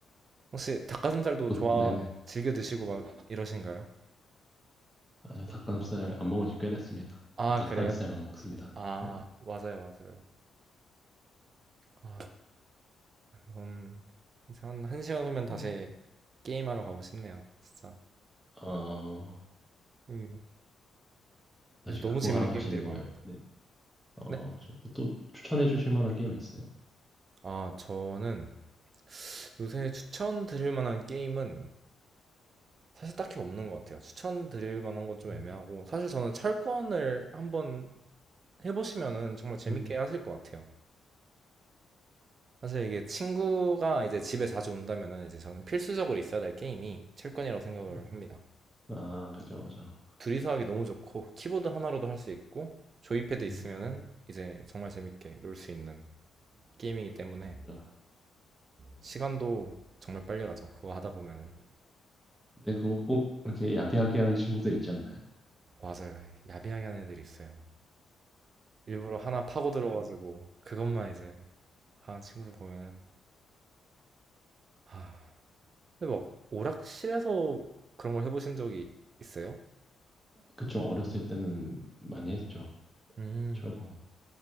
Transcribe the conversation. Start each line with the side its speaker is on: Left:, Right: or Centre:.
Right: 혹시 닭가슴살도
Centre: 곧,
Right: 좋아,
Centre: 네네.
Right: 즐겨 드시고 막 이러신가요?
Centre: 아니요, 닭가슴살 안 먹은 지 꽤 됐습니다.
Right: 아,
Centre: 전 닭다리살만
Right: 그래요?
Centre: 먹습니다.
Right: 아,
Centre: 네.
Right: 맞아요, 맞아요. 아, 전 이제 한, 1 시간 후면 다시
Centre: 어,
Right: 게임하러 가고 싶네요, 진짜.
Centre: 어,
Right: 음,
Centre: 다시
Right: 요새 너무
Centre: 그거
Right: 재밌는
Centre: 하러 가시는
Right: 게임들이 많아요.
Centre: 거예요. 네. 어,
Right: 네?
Centre: 그죠. 뭐또 추천해 주실 만한 게임 있어요?
Right: 아, 저는 요새 추천드릴 만한 게임은 사실 딱히 없는 것 같아요. 추천드릴 만한 건 좀 애매하고,
Centre: 음.
Right: 사실 저는 철권을 한번 해보시면은 정말 재밌게
Centre: 음.
Right: 하실 것 같아요. 사실 이게 친구가 이제 집에 자주 온다면은 이제 저는 필수적으로 있어야 될 게임이 첼권이라고 생각을
Centre: 음.
Right: 합니다.
Centre: 아, 그죠, 그죠.
Right: 둘이서 하기 너무 좋고 키보드 하나로도 할 수 있고 조이패드 있으면은
Centre: 음.
Right: 이제 정말 재밌게 놀 수 있는 게임이기 때문에
Centre: 그죠.
Right: 시간도 정말 빨리 가죠. 그거 하다 보면은
Centre: 근데 그거 꼭 이렇게 야비하게 하는 친구들 있지 않나요?
Right: 맞아요. 야비하게 하는 애들이 있어요. 일부러 하나 파고 들어가지고 그것만 이제 하는 친구들 보면은 아 근데 막 오락실에서 그런 걸 해보신 적이 있어요?
Centre: 그좀 어렸을 때는 많이 했죠.
Right: 음
Centre: 철권.